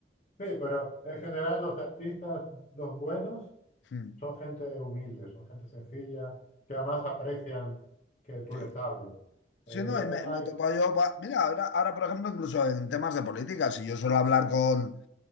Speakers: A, on the left (about 45°); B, on the left (about 75°).
A: Sí, pero en general los artistas, los buenos,
B: Mm,
A: son gente humilde, son gente sencilla, que además aprecian que tú
B: Sí,
A: les hables.
B: Sí,
A: El-
B: no,
A: eh,
B: y me,
A: ay,
B: me he topado yo, pa- mira, ahora, ahora, por ejemplo, incluso en temas de política, si yo suelo hablar con